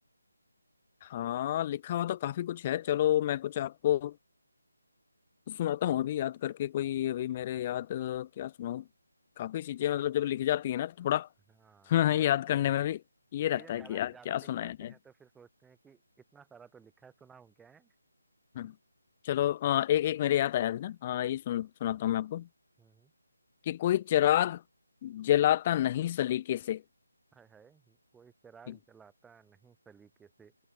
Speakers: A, on the left (about 20°); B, in the centre.
A: हाँ लिखा हुआ तो काफी कुछ है चलो मैं कुछ आपको सुनाता हूँ अभी याद करके कोई अभी मेरे याद अ, क्या सुनाऊँ काफी चीजें मतलब जब लिखी जाती है ना तो थोड़ा
B: हाँ थोड़ा
A: <laughs> याद
B: सा फिर
A: करने
B: वो
A: में भी
B: कि
A: ये
B: चीजें
A: रहता है
B: ज्यादा
A: कि यार
B: ज्यादा
A: क्या
B: लिख
A: सुनाया
B: जाती
A: जाए
B: हैं तो फिर सोचते हैं कि इतना सारा तो लिखा है सुनाऊं क्या है
A: हम्म, चलो अ, एक एक मेरे याद आया अभी ना अ, ये सुन सुनाता हूँ मैं आपको
B: हम्म
A: कि कोई चिराग जलाता नहीं सलीके से
B: हाय हाय कोई चिराग
A: ठीक,
B: जलाता नहीं सलीके से